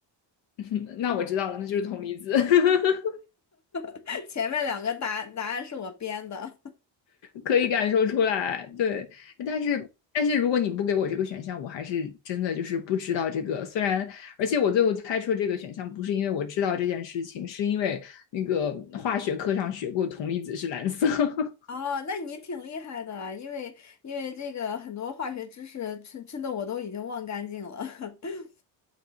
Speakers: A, on the left (about 70°); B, on the left (about 35°).
A: <laughs> 那我知道了，那就是铜离子。<laughs>
B: <laughs> 前面两个答答案是我编的。
A: 可以感受出来，对。但是，但是如果你不给我这个选项，我还是真的就是不知道这个。虽然，而且我最后猜出这个选项不是因为我知道这件事情，是因为那个化学课上学过铜离子是蓝色。<laughs>
B: 哦，那你挺厉害的啊，因为因为这个很多化学知识真真的我都已经忘干净了。<laughs>